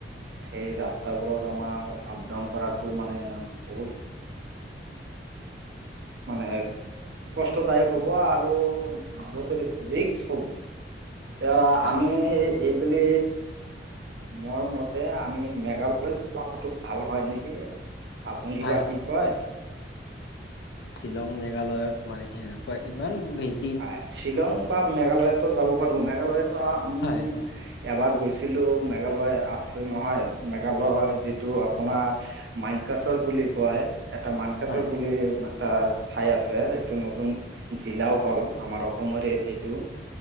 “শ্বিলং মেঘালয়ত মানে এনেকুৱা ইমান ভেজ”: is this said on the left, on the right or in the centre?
Left